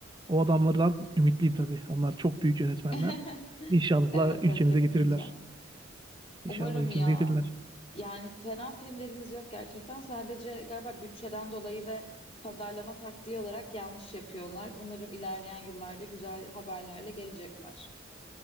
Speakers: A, on the right; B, on the left.
A: O adamlardan ümitliyim tabii. Onlar çok büyük yönetmenler.
B: <laughs>
A: İnşallah
B: Evet,
A: ülkemize
B: evet, kesinlikle.
A: getirirler. İnşallah
B: Umarım
A: ülkemize
B: ya.
A: getirirler.
B: Yani fena filmlerimiz yok gerçekten. Sadece galiba bütçeden dolayı ve pazarlama taktiği olarak yanlış yapıyorlar. Umarım ilerleyen yıllarda güzel haberlerle gelecekler.